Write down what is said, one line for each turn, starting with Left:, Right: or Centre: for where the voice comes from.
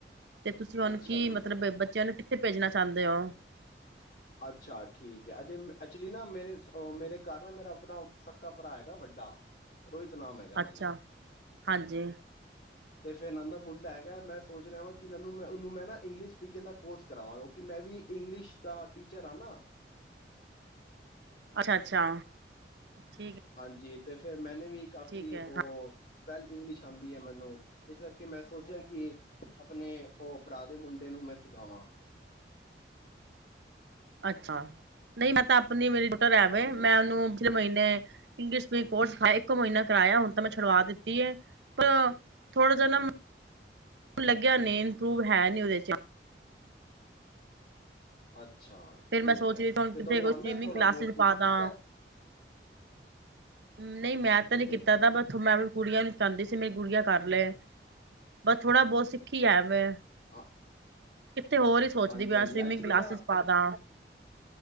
Right: ਤੇ ਤੁਸੀਂ ਹੁਣ
Left: ਅੱਛਾ
Right: ਕੀ
Left: ਜੀ
Right: ਮਤਲਬ ਬੱਚਿਆਂ ਨੂੰ ਥੇ ਭੇਜਣਾ ਚਾਹੁੰਦੇ ਓ।
Left: ਅੱਛਾ ਠੀਕ ਐ, ਅਕ ਐਕਚੁਲੀ ਨਾ ਮੇਰੇ ਮੇਰੇ ਘਰ ਨਾ ਮੇਰਾ ਆਪਣਾ ਸੱਕਾ ਭਰਾ ਹੈਗਾ ਵੱਡਾ ਰੋਹਿਤ ਨਾਮ ਹੈਗਾ ਇਨ੍ਹਾਂ
Right: ਅੱਛਾ
Left: ਦਾ।
Right: ਹਾਂਜੀ।
Left: ਤੇ ਫੇਰ ਇਨ੍ਹਾਂ ਦਾ ਮੁੰਡਾ ਹੈਗਾ ਮੈਂ ਸੋਚ ਰਿਹਾ ਵਾਂ ਕਿ ਮੈਂ ਉਹਨੂੰ ਮੈਂ ਨਾ ਇੰਗਲਿਸ਼ ਸਪੀਕਿੰਗ ਦਾ ਕੋਰਸ ਕਰਾਵਾਂ ਕਿਉਂਕਿ ਮੈਂ ਵੀ ਇੰਗਲਿਸ਼ ਦਾ ਟੀਚਰ ਆਂ ਨਾ।
Right: ਅੱਛਾ ਅੱਛਾ। ਠੀਕ ਹੈ
Left: ਹਾਂਜੀ। ਤੇ ਫੇਰ ਮੈਂ ਨੇ ਵੀ ਕਾਫ਼ੀ
Right: ਠੀਕ ਹੈ
Left: ਉਹ ਵੈਲ ਇੰਗਲਿਸ਼ ਆਉਂਦੀ ਐ ਮੈਨੂੰ ਇਸ ਕਰਕੇ ਮੈਂ ਸੋਚਿਆ ਕਿ ਆਪਣੇ ਉਹ ਭਰਾ ਦੇ ਮੁੰਡੇ ਨੂੰ ਮੈਂ ਸਿਖਾਵਾਂ।
Right: ਅੱਛਾ, ਨਹੀਂ ਮੈਂ ਤਾਂ ਨੀ ਮੇਰੀ ਟੁਟ ਰਹਿਵੇ
Left: ਹਾਂਜੀ।
Right: ਮੈਂ ਉਨੂੰ ਪਿਛਲੇ ਮਹੀਨੇ ਇੰਗਲਿਸ਼ ਦੇ ਕੋਰਸ ਸਿਖਾਇਆ ਇੱਕੋ ਮਹੀਨਾ ਕਰਾਇਆ ਹੁਣ ਤਾਂ ਮੈਂ ਛੁਡਵਾ ਦਿੱਤੀ ਐ, ਪਰ ਥੋੜਾ ਜੇਹਾ ਨਾ <inaudible> ਲੱਗਿਆ ਨੀਂ ਇੰਪਰੂਵ ਹੈ ਨੀ ਉਹਦੇ ਚ
Left: ਅੱ ਅੱਛਾ,
Right: ਫੇਰ
Left: ਠੀਕ
Right: ਮੈਂ ਸੋਚ
Left: ਐ
Right: ਰਹੀ ਸੀ ਹੁਣ
Left: ਤੇ
Right: ਕਿੱਥੇ
Left: ਤੁਹਾਨੂੰ
Right: ਕੋਈ
Left: ਆਉਂਦਾ
Right: ਸਟ੍ਰੀਮਿੰਗ
Left: ਥੋੜਾ
Right: ਕਲਾਸਿਸ
Left: ਬਹੁਤ ਤੁਸੀਂ
Right: ਪਾ ਦਾ
Left: ਕੀਤਾ।
Right: ਨਹੀਂ ਮੈਂ ਤਾਂ
Left: ਠੀਕ
Right: ਨੀ ਕੀਤਾ
Left: ਐ
Right: ਦਾ ਬਟ ਮੈਂ ਕੁੜੀਆਂ ਵਿੱਚ ਚਾਂਦੀ ਸੀ ਮੇਰੀ ਗੁੜੀਆਂ ਕਰ ਲਏ ਬਸ ਥੋੜਾ ਬਹੁਤ ਸਿੱਖੀ ਹੈਵੇ।
Left: ਹਾਂ
Right: ਕਿੱਥੇ ਹੋਰ ਹੀ ਸੋਚਦੀ
Left: ਹਾਂਜੀ-ਹਾਂਜੀ
Right: ਵੀ ਸਵੀਮਿੰਗ
Left: ਐਕਚੁਲੀ
Right: ਕਲਾਸਿਸ
Left: ਨਾ
Right: ਪਾਦਾਂ
Left: ਉਹਦ